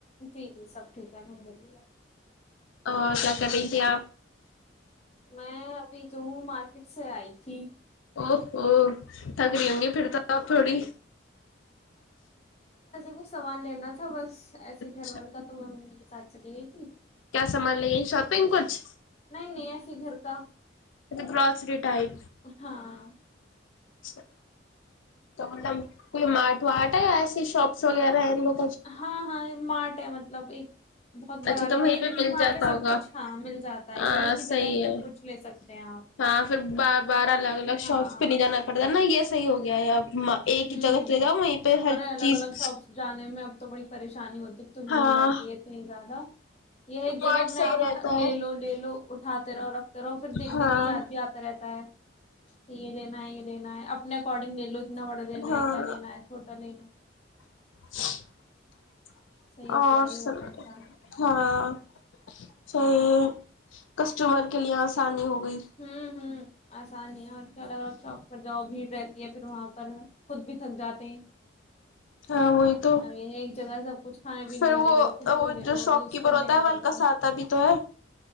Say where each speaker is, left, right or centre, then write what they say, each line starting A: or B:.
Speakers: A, on the left; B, on the left.
A: جی جی سب ٹھیک ہے الحمد للہ
B: اور کیا کر رہی تھھی آپ
A: میں ابھی جوہوں مارکیٹ سے آئی تھی
B: او او تھکریی ہوں گی پھر تو آپ تھوڑی
A: وہ سامان لینا تھا بس ایسے
B: اچھا
A: گھر والور کا تو معلوم نئ سات چلی گئی تھی
B: کیا سامان لیگی شاپنگ کچھ
A: نہیں نہیں ایسے گھر کا
B: گروسری ٹائپ
A: ہاں
B: اچھا تو مطلب کوئی مارٹ واٹ ہے یا ایسیے شاپس وغیرہ لوگ
A: ہاں ہاں یہ مارٹ ہے مطلب ایک بہت بڑا
B: اچھا تو
A: بھی
B: وہیں
A: نہیں ہے
B: پہ
A: لیکن
B: مل
A: وہاں
B: جاتا
A: پہ سب
B: ہوگا
A: کچھ ہاں مل جاتا ہے
B: ہاں
A: یہی کی
B: صحیح
A: جگہ سے
B: ہے
A: سب کچھ لے سکتے ہیں آپ
B: ہاں پھر بار الگ الگ
A: ہاں
B: شاپس پہ نہیں جانا پڑتا نا یہ صحیح ہو گیا ہے اب ایک
A: ہمم
B: ہی جگہ چلے جاؤ وہیں پہ ہر
A: ارے الگ
B: چیز
A: الگ شاپس جانے میں اب تو بڑی پریشانی ہوتی
B: ہاں
A: رہتی ہے اتنی زیادہ یہ ایک
B: مارٹ
A: جگہ اپنے
B: صحیح
A: آپ
B: رہتا
A: اٹھا لے
B: ہے
A: لو لے لو اٹھات <unintelligible> رہو پھر دیکھ
B: ہاں
A: دیکھ کے یاد بھی آتا رہتا ہے کہ یہ لینا ہے یہ لینا ہے اپنے اکارڈنگ لے لو تھوڑا لینا
B: ہاں
A: ہے کیا لینا ہے چھوٹا لینا ہے
B: <unintelligible>
A: صحیح ہو
B: اور
A: گیا یہ
B: سب
A: والا حساب
B: ہاں چاہے کسٹمر کے لیے آسانی ہو گئی
A: ہمم ہمم آسان ہے اور الگ الگ شوپس پر جاؤ بھیڑ رہتی ہے پھر وہاں پر خود بھی تھک جاتے ہیں
B: ہاں وہی تو
A: اب یہ ایک جگہ سب کچھ کھانے پینے
B: پھر
A: کا
B: وہ
A: لے لو کچھ
B: وہ
A: بھی لے
B: جو
A: لو
B: شاپ
A: یوز
B: کیپر
A: کرنے
B: ہوتا
A: کا
B: ہے
A: لے
B: ولکساتا
A: لو
B: بھی تو ہے